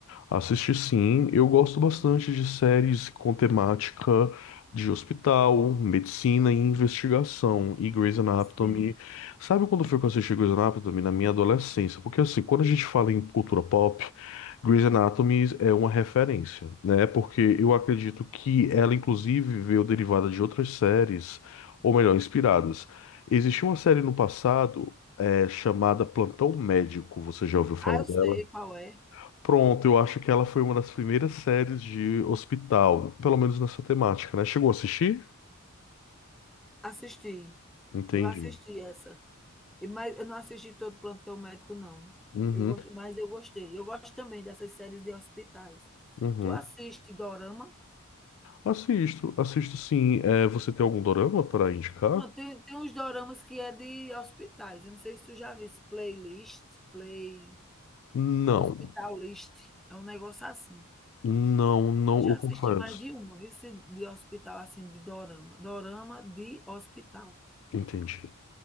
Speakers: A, on the left (about 60°); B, in the centre.
A: Assisti sim, eu gosto bastante
B: Hum,
A: de séries com temática de hospital, medicina e investigação. E Grey's Anatomy.
B: sim.
A: Sabe quando foi que eu assisti Grey's Anatomy? Na minha adolescência. Porque assim, quando a gente fala em cultura pop, Grey's Anatomy é uma referência, né? Porque eu acredito que ela, inclusive, veio derivada de outras séries, ou melhor, inspiradas. Existia uma série no passado, eh, chamada Plantão Médico, você já ouviu falar
B: Ah, eu
A: dela?
B: sei qual é.
A: Pronto, eu acho que ela foi uma das primeiras séries de hospital, pelo menos nessa temática, né? Chegou a assistir?
B: Assisti,
A: Entendi.
B: eu assisti essa, e mas eu não assisti todo Plantão Médico não.
A: Uhum,
B: Eu gos mas eu gostei. Eu gosto também dessas séries de hospitais.
A: uhum.
B: Tu assiste dorama?
A: Assisto, assisto sim. É, você tem algum dorama para indicar?
B: Não, tem tem uns doramas que é de hospitais, eu não sei se tu já viu esse Playlist, Play
A: Não,
B: Hospital List, é um negócio assim.
A: não, não,
B: Eu já
A: eu
B: assisti
A: confesso.
B: mais de uma, viu, se de hospital, assim, de dorama. Dorama de hospital.
A: Entendi.